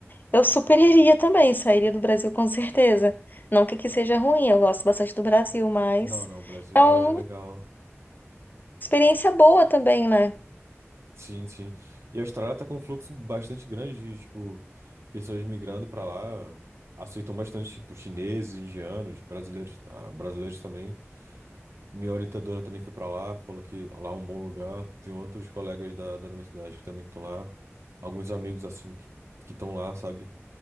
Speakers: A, on the left; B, on the right.
A: eu super iria também, sairia do Brasil com certeza. Não que aqui seja ruim, eu gosto bastante do Brasil, mas
B: Não, não, o Brasil
A: é uma
B: é legal.
A: experiência boa também, né?
B: Sim, sim. E a Austrália tá com um fluxo bastante grande de, tipo, pessoas migrando pra lá. Aceitam bastante, tipo, chineses, indianos, brasileiros, ah, brasileiros também. Minha orientadora também foi para lá, falou que lá é um bom lugar. Tem outros colegas da, da universidade que também estão lá. Alguns amigos, assim, que que estão lá, sabe?